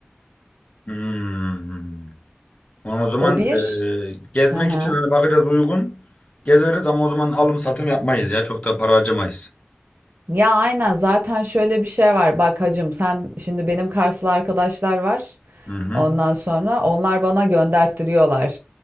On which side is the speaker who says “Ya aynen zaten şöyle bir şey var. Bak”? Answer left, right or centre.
Right